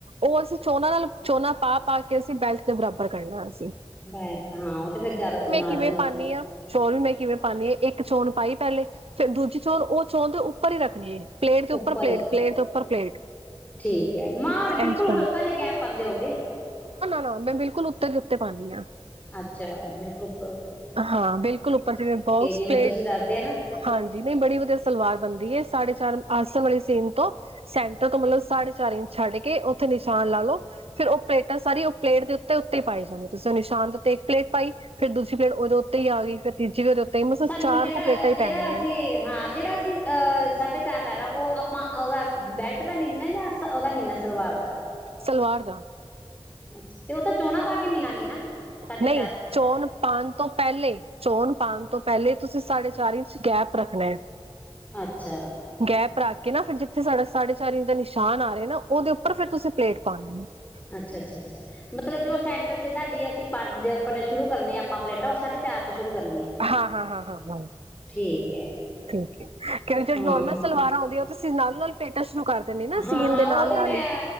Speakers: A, on the right (about 75°); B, on the left (about 15°).
A: ਉਹ ਅਸੀਂ ਝੋਨਾ ਨਾਲ ਝੋਨਾ ਪਾ ਪਾ ਕੇ ਅਸੀ ਬੈਲਟ ਦੇ ਬਰਾਬਰ ਕਰਨਾ ਅਸੀ।
B: ਬੈਕ ਤਾ ਉਹ ਤੇ ਫੇਰ ਜਿਆਦਾ ਚੋਣਾਂ
A: ਕਿਵੇਂ
B: ਆ ਜਾਣਗੀ।
A: ਪਾਉਂਦੀ ਹਾਂ ਚੋਣ ਵੀ ਮੈਂ ਕਿਵੇਂ ਪਾਉਦੀ ਹਾਂ ਇੱਕ ਚੋਣ ਪਾਈ ਪਹਿਲੇ ਫੀਰ ਦੂਜੀ ਚੋਣ ਉਹ ਚੋਣ ਦੇ ਉੱਪਰ ਹੀ ਰੱਖਣੀ ਹੈ। ਪਲੇਟ ਦੇ
B: ਉੱਪਰ
A: ਪਲੇਟ
B: ਹੀ,
A: ਪਲੇਟ ਦੇ ਉੱਪਰ ਪਲੇਟ
B: ਠੀਕ ਹੈ, ਮਾਣ ਬਿਲਕੁਲ
A: ਇੰਝ ਪਾਉਣੀ।
B: ਹਲਕਾ ਜਿਹਾ ਗੈ ਪਾਉਂਦੇ ਹੋਣਗੇ।
A: ਹਾ ਮੈਂ ਬਿਲਕੁਲ ਉੱਤੇ ਦੇ ਉੱਤੇ ਪਾਉਂਦੀ ਹਾਂ।
B: ਅੱਛਾ ਮੇਰੇ ਕੋਲ ਉੱਪਰੋ
A: ਹਾਂ, ਬਿਲਕੁਲ ਉੱਪਰ ਜਿਵੇਂ ਬੋਕਸ
B: ਜਿਵੇਂ
A: ਪਲੇਟ
B: ਤੁਸੀਂ ਦੱਸਦੇ ਆ ਨਾ
A: ਹਾਂਜੀ ਨਹੀਂ ਬੜੀ ਵਧੀਆ ਸਲਵਾਰ ਬਣਦੀ ਹੈ। ਸਾਢੇ ਚਾਰ ਆਸਣ ਵਾਲੀ ਸੀਨ ਤੋਂ ਸੈਂਟਰ ਤੋਂ ਮਤਲਬ ਸਾਢੇ ਚਾਰ ਇੰਚ ਛੱਡ ਕੇ ਉੱਥੇ ਨਿਸ਼ਾਨ ਲਾ ਲਓ ਫੇਿਰ ਉਹ ਪਲੇਟਾਂ ਸਾਰੀ ਉਹ ਪਲੇਟ ਦੇ ਉੱਤੇ-ਉੱਤੇ ਹੀ ਪਾਈ ਜਾਂਦੀ, ਤੁਸੀਂ ਉਹ ਨਿਸ਼ਾਨ ਦੇ ਉੱਤੇ ਇੱਕ ਪਲੇਟ ਪਾਈ ਫਿਰ ਦੂਜੇ ਫੇਰ ਉਹਦੇ ਉੱਤੇ ਹੀ ਆ ਗਈ ਫਿਰ ਮਤਲਬ
B: ਸਾਨੂੰ
A: ਚਾਰ
B: ਜਿਹੜਾ
A: ਕੁ ਪਲੇਟਾਂ
B: ਅ
A: ਹੀ
B: ਜਿਹੜਾ
A: ਪੈਂਦੀਆਂ
B: ਅਸੀਂ ਹਾਂ ਜਿਹੜਾ ਅਸੀਂ ਅਹ ਸਾਡੇ ਚਾਰ ਲੈਣਾ ਉਹ ਆਪਾਂ ਉਹਦਾ ਬੈਲਟ ਦਾ ਮਿਲਣਾ ਜਾਂ ਉਹਦਾ ਮਿਲਣਾ ਸਲਵਾਰ ਦਾ
A: ਸਲਵਾਰ ਦਾ।
B: ਅੱਛਾ। ਤੇ ਉਹ ਤਾਂ ਝੋਨਾ ਪਾ ਕੇ ਮਿਨਾਂਗੇ ਨਾ। ਸਾਢੇ
A: ਨਹੀਂ
B: ਚਾਰ।
A: ਚੋਣ ਪਾਉਣ ਤੋਂ ਪਹਿਲੇ ਚੋਣ ਪਾਉਣ ਤੋਂ ਪਹਿਲੇ ਤੁਸੀਂ ਸਾਡੇ ਚਾਰ ਇੰਚ ਗੈਪ ਰੱਖਣਾ ਹੈ
B: ਅੱਛਾ
A: ਗੈਪ ਰੱਖ ਨਾ ਫਿਰ ਜਿੱਥੇ ਸਾਡਾ ਸਾਢੇ ਚਾਰ ਇੰਜ ਨਿਸ਼ਾਨ ਆਹਾ ਨਾ ਉਹਦੇ ਉੱਰ ਫਿਰ ਤੁਸੀਂ ਪਲੇਟ ਪਾਉਣੀ ਹੋ
B: ਅੱਛਾ ਅੱਛਾ ਅੱਛਾ ਮਤਲਬ ਜੋ ਸੈਂਟਰ ਚ ਸਾੇ ਅਸੀਂ ਆਪਣੇ ਸ਼ੁਰੂ ਕਰਨੀੇ ਆਪਾਂ ਪਲੇਟਾਂ ਉਹ ਸਾਢੇ ਚਾਰ ਤੋਂ ਸ਼ੁਰੂ ਕਰਨੀ ਐ।
A: ਹਾਂ ਹਾਂ ਹਾਂ ਹਾਂ ਹਾਂ
B: ਠੀਕ ਐ
A: ਠੀਕ ਹੈ ਕਿਉਂਕਿ ਜਿਹੜ
B: ਹਾਂ,
A: ਨੋਰਮਲ ਸਲਵਾਰ ਆਉਂਦੀ ਤੁਸੀਂ ਨਾਲੋਂ ਨਾਲ ਪੇਟਾਂ ਸ਼ੁਰੂ ਕਰ ਦਿੰਦੇ ਨਾ
B: ਹਾਂ
A: ਸੀਨ
B: ਹਾਂ
A: ਦੇ ਨਾਲ
B: ਉਹ ਤੇ
A: ਨਾਲ
B: ਮੈਂ
A: ਹੀ